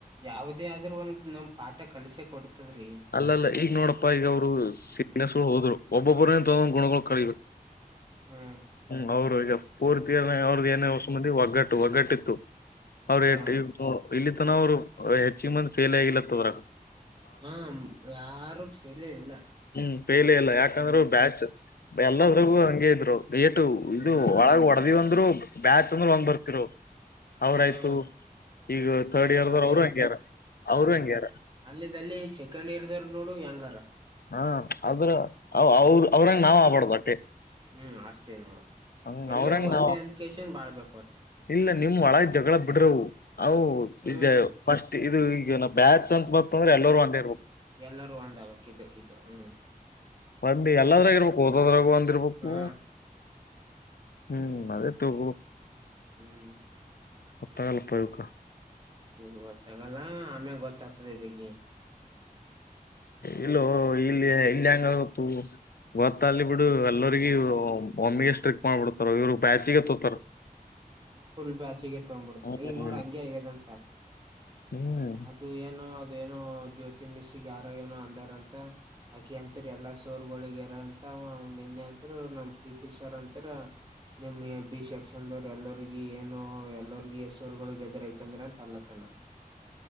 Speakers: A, on the right; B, on the left.
A: ಯಾವದೇ ಆದ್ರೂ ಒಂದ ನಮ ಪಾಠ ಕಲ್ಸೆ ಕೊಡ್ತದ್ರೀ
B: ಅಲ್ಲಲ್ಲ ಈಗ ನೋಡಪ್ಪ ಈಗ ಅವರು ಸಸ
A: ಹ್ಮ್
B: ಹೋದ್ರು ಒಬ್ಬೊಬ್ರೇನ್ ತೊಗೊಂದ್ ಗುಣಗಳು ಕ
A: ಹ್ಮ್
B: ಹ್ಮ್ ಅವರು ಈಗ ಪೋರ್ತಿಯರ್ನ ಅವ್ರ್ದ ನೇಸಂದಿ ಒಗ್ಗಟ್ಟು ಒಗ್ಗಟ್ಟಿತ್ತು ಅವ್ರ
A: ಹ್ಮ್
B: ಇಲ್ಲಿ ತನ ಅವ್ರು ಹೆಚ್ಚಿ ಮಂದಿ ಫೇಲ್ ಆಗಿಲತ್ತದ್ರ
A: ಹಾ ಯಾರು ಸಲ ಇಲ್ಲ
B: ಹ್ಮ್ ಫೇಲ್ ಇಲ್ಲ ಯಾಕಂದ್ರೆ
A: ಹ್ಮ್
B: ಬ್ಯಾಚ್ ಎಲ್ಲದ್ರಗೂ ಹಂಗೆ ಇದ್ರು ಥೇಟ್
A: ಹ್ಮ್
B: ಇದು ಒಳಗ ಹೊಡೆದಿವವ ಅಂದ್ರು ಬ್ಯಾಚ್ ಅಂದ್ರ ಒಂಗ್ ಬರ್ತಿರು ಅವ್ರಾಯ್ತು
A: ಹ್ಮ್
B: ಈಗ ಥರ್ಡ್
A: ಈ
B: ಇಯರ್
A: ತರ್ಡ್
B: ದವರ್ ಅವರು ಹೆಂಗ್ಯಾರ ಅವರು ಹೆಂಗ್ಯಾರ
A: ಅಲ್ಲಿ ಅಲ್ಲಿ ಸೆಕೆಂಡ್ ಇಯರ್ ದವ್ರ ನೋಡು ವ್ಯಾಂಗಾರ
B: ಹಾ ಆದ್ರ ಅವ ಅವ್ರ ಅವ್ರಂಗ ನಾವ್ ಆಬಾರ್ದ ಅಟ್ಟೆ
A: ಹ್ಮ್ ಅಷ್ಟೇ ನೋಡು
B: ಹಂಗ
A: ಎಲ್ಲರೂ
B: ಅವ್ರಂಗ
A: ಒಂದೇ
B: ನಾವ್
A: ಒಂದ್ ಕೆೇಶನ್ ಬಾಳ್ಬೇಕುಂಟು
B: ಇಲ್ಲ ನಿಮ ಒಳ ಜಗಳ ಬಿಡ್ರವು ಅವು
A: ಹ್ಮ್
B: ಇ ಫಸ್ಟ್ ಇದು ಈಗ ನ ಬ್ಯಾಚ್ ಅಂತತ್ತ್ತ ಅಂದ್ರೆ ಎಲ್ಲರೂ ಒಂದೇ ಇರ್ಬೇಕು
A: ಎಲ್ಲರೂ ಒಂದಕ್ ಇದು ಹ್ಮ್
B: ಬಂದ ಎಲ್ಲದ್ರಾಗಾಗಿ ಇರ್ಬೇಕು ಓದೋದ್ರಾಗು ಅಂದಿರ್ಬೇಕು
A: ಹಾ
B: ಹ್ಮ್ ಅದೇ ತುಗು
A: ಹ್ಮ್
B: ಹೊತ್ತಾಗಲ್ಪಯುಗ
A: ನೀ ಗೊತ್ತಾಗಲ್ಲ ಆಮೇ ಗೊತ್ತಾಗ್ತದೆ ಬೆಗಿ
B: ಇಲ್ಲ ಇಲ್ಲಿ ಇಲ್ಲಿ ಹೆಂಗಗತ್ತು ಗೊತ್ ಅಲ್ಲಿ ಬಿಡು ಎಲ್ಲೋರಿಗಿ ಒಮ್ಮಿಗೆ ಸ್ಟ್ರಿಕ್ ಮಾಡ್ಬಿಡ್ತಾರ ಇವರು ಬ್ಯಾಚಿಗೇ ತೊತಾರ್
A: <inaudible> ಫುಲ್ ಬ್ಯಾಚಿಗೆ ತೊಂಬುಡ್ತಾ
B: ಹ್ಮ್
A: ಈಗ್ ನೋಡ ಹಂಗೆ ಆಗ್ಯದಂತ
B: ಹ್ಮ್
A: ಅ ಇದು ಏನೋ ಅದು ಏನೋ ಜ್ಯೋತಿ ಮಿಸ್ಸಿಗೆ ಯಾರ ಏನೋ ಅಂದಾರಂತೆ. ಆಕಿ ಅಂತೀರ ಎಲ್ಲಾ ಸಾರ್ ಗಳುಹೋಗ್ಯಾರ ಅಂತ ನಿನ್ನೆ ಅಂದರು ನಮ್ ಪಿ ಟಿ ಸರ್ ಅಂತರ ನಿಮ್ಮ್ ಎ ಬಿ ಸೆಕ್ಷನ್ದೊ ಎಲ್ಲೋರಿಗಿ ಏನೊ ಎಲ್ಲೋರಿಗಿ ಹೆಸರುಗಳಗೆದ್ರ ಯಾಕೆಂದ್ರೆ ಅಂತ ಅನ್ಲಾತನ